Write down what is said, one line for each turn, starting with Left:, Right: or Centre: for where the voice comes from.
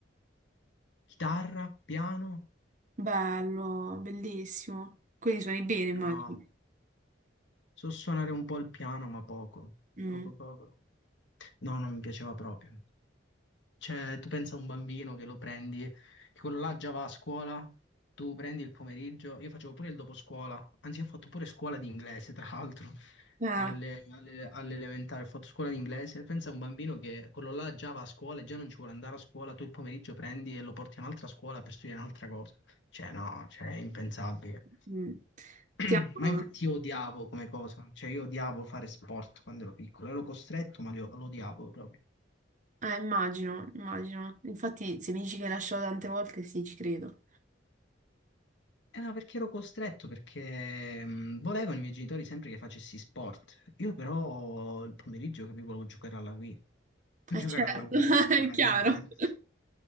Left: chitarra, piano.
Right: Bello, bellissimo. Quindi suoni bene, immagino.
Left: No. So suonare un po' il piano, ma poco,
Right: Mm.
Left: poco poco. No, non mi piaceva proprio. Cioè, tu pensa a un bambino che lo prendi, che quello là già va a scuola, tu prendi il pomeriggio, io facevo pure il dopo scuola, anzi ho fatto pure scuola di inglese, tra l'altro,
Right: Eh,
Left: alle, alle- all'elementare ho fatto scuola di inglese, pensa a un bambino che quello là già va a scuola e già non ci vuole andare a scuola, tu il pomeriggio prendi e lo porti a un'altra scuola per studiare un'altra cosa. Cioè, no, cioè, è impensabile.
Right: mm.
Left: <clears throat>
Right: Ti amo.
Left: Ma infatti io odiavo come cosa, cioè io odiavo fare sport quando ero piccolo, ero costretto ma lo, lo odiavo proprio.
Right: Eh, immagino, immagino. Infatti, se mi dici che hai lasciato tante volte, sì, ci credo.
Left: Eh, ma perché ero costretto? Perché mh, volevano i miei genitori sempre che facessi sport. Io però il pomeriggio capivo volevo giocare alla Wii, <laughs>
Right: Eh
Left: giocare
Right: certo,
Left: alla Wii,
Right: <laughs>
Left: volevo giocare
Right: è chiaro.
Left: a Nintendo.